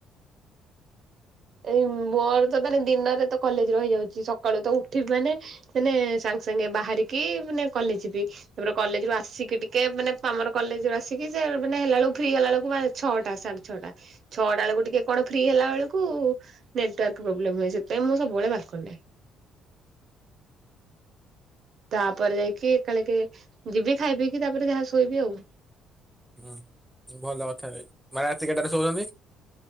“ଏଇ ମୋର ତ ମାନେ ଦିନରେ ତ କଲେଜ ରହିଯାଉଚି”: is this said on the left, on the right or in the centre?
Right